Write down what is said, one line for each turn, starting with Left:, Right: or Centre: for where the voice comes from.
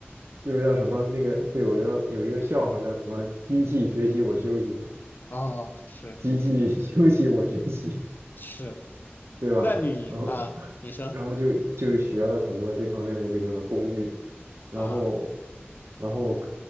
Right: 就是叫什么那个不有一个有一个笑话叫什么机器学习我休息，
Left: 哦，是
Right: 机器 <laughs> 休息我学习，
Left: 是，
Right: 对吧？
Left: 那你啊，
Right: 然后
Left: 你说
Right: 然后就就学了很多这方面的这个工具，然后
Left: 啊，
Right: 然后